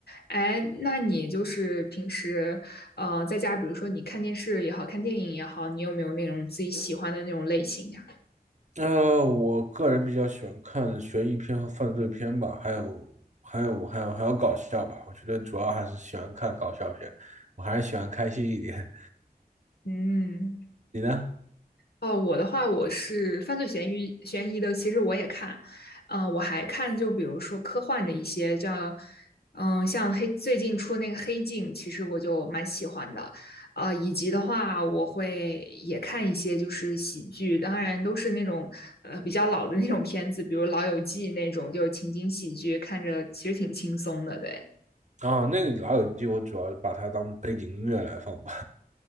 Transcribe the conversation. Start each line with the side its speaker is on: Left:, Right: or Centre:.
Left: 哎，那你就是平时，呃，在家，比如说你看电视也好看电影也好，你有没有那种自己喜欢的那种类型呀？
Right: 呃，我个人比较喜欢看悬疑片和犯罪片吧，还有还有还有还有搞笑吧。我觉得主要还是喜欢看搞笑片，我还是喜欢开心一点。
Left: 嗯。
Right: 你呢？
Left: 哦，我的话，我是犯罪悬疑悬疑的，其实我也看，嗯、我还看，就比如说科幻的一些，叫，嗯、像黑最近出那个《黑镜》，其实我就蛮喜欢的，啊、以及的话，我会也看一些就是喜剧，当然都是那种呃比较老的那种片子，比如《老友记》那种，就情景喜剧，看着其实挺轻松的，对，
Right: 哦，那个《老友记》我主要把它当背景音乐来放吧。